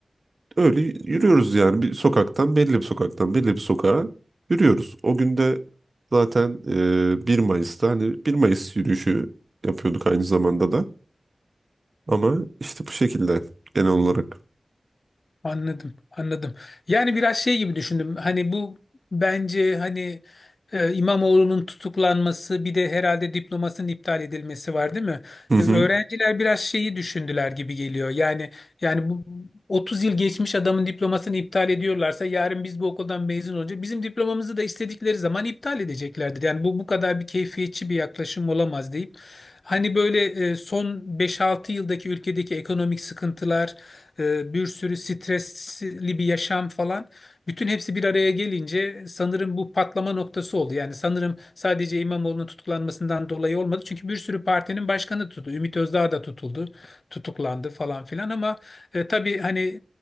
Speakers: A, on the right (about 50°); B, on the left (about 60°).
A: Öyle yürüyoruz yani bir sokaktan belli bir sokaktan belli bir sokağa yürüyoruz. O gün de zaten e, 1 Mayıs'ta hani bir Mayıs yürüyüşü yapıyorduk aynı zamanda da. Ama işte bu şekilde genel olarak.
B: Anladım, anladım. Yani biraz şey gibi düşündüm. Hani bu bence hani e, İmamoğlu'nun tutuklanması bir de herhalde diplomasının iptal edilmesi var değil mi?
A: Hı
B: E,
A: hı,
B: öğrenciler biraz şeyi düşündüler gibi geliyor. Yani yani bu 30 yıl geçmiş adamın diplomasını iptal ediyorlarsa yarın biz bu okuldan mezun olunca bizim diplomamızı da istedikleri zaman iptal edeceklerdir. Yani bu bu kadar bir keyfiyetçi bir yaklaşım olamaz deyip hani böyle e, son beş altı yıldaki ülkedeki ekonomik sıkıntılar e, bir sürü stresli bir yaşam falan. Bütün hepsi bir araya gelince sanırım bu patlama noktası oldu. Yani sanırım sadece İmamoğlu'nun tutuklanmasından dolayı olmadı. Çünkü bir sürü partinin başkanı tutuldu. Ümit Özdağ da tutuldu, tutuklandı falan filan ama e, tabii hani